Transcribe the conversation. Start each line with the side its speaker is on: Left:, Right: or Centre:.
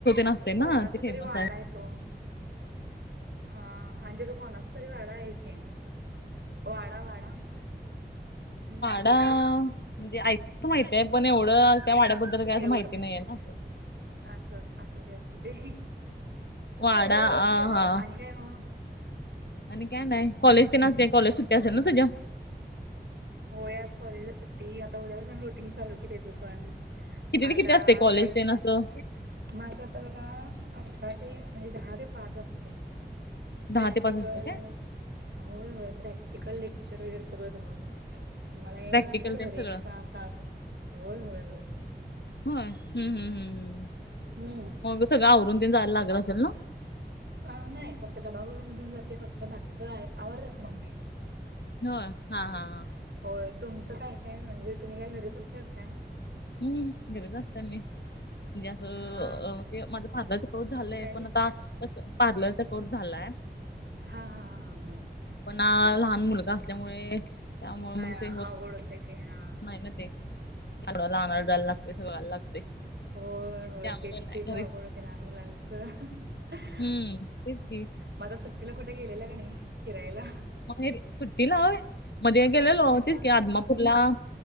Left: असं असतय
Right: कोणाचा
Left: ना ते फेमस
Right: तरी वाडा आहे तो. हा आणि जे तो कोणाच तरी वाडा आहे की, वाडा, वाडा हम्म.
Left: <unintelligible> म्हणजे ऐकुन माहिते हाय, पण एवढं त्या वाड्याबद्दल काय
Right: तेवढं
Left: असं माहिती
Right: माहित
Left: नाहीये
Right: नाही.
Left: ना
Right: अस असू दे असू दे
Left: वाडा
Right: तेच
Left: अ
Right: म्हणलं.
Left: हा
Right: आणि काय मग?
Left: आणि काय नाही. कॉलेज तेन काय कॉलेज सुट्टी असेल
Right: हा
Left: ना तुझ्या?
Right: होय आज कॉलेजला सुट्टी. आता उद्यापासून रुटीन चालू की तेज पण.
Left: किती
Right: आता
Left: ते किती असते कॉलेज
Right: जायाचं.
Left: ते असं
Right: माझं आता बघा अकरा ते म्हणजे दहा ते पाच असतंय.
Left: दहा
Right: प्रॅक्टिकल
Left: ते पाच असते काय
Right: होय, होय. प्रॅक्टिकल, लेक्चर वगैरे सगळं धरून. मला यायला
Left: प्रॅक्टिकल
Right: वाजतात घरी
Left: ते सगळं
Right: एक सहा सात. होय, ‌होय, होय.
Left: होय? हम्म, हम्म, हम्म.
Right: हम्म.
Left: मग सगळं आवरून तेन जायला लागलं असेल ना?
Right: अं नाही फक्त डबा भरून घेऊन जाते फक्त. बाकीच आवरत्याच की मम्मी.
Left: होय हा
Right: हम्म.
Left: हा हा
Right: होय तुमचं काय काय म्हणजे तुम्ही काय घरीच असताय का काय?
Left: हम्म, घरीच असत्या मी. म्हणजे असं
Right: हा
Left: अ माझं पार्लरचा कोर्स झालंय,
Right: हा
Left: पण आता कसं पार्लरचा कोर्स झालाय.
Right: हा, हा, हा, हा.
Left: पण हा लहान मुलगा असल्यामुळे त्यामुळे मग
Right: अं
Left: ते होत
Right: अवघड होतय ते हा.
Left: नाही ना ते. <unintelligible> आणाय
Right: हम्म
Left: जायला लागतंय, वायला लागतंय
Right: होय होय
Left: त्यामुळं
Right: ते
Left: नाही
Right: तेच अवघड
Left: घरीच.
Right: होते <unintelligible>
Left: हम्म तेच की.
Right: मग आता सुट्टीला कुठे गेलेला का नाही फिरायला?
Left: माहेरी सुट्टीला होय, मध्ये गेलेलो तेच
Right: हा
Left: की आदमापूरला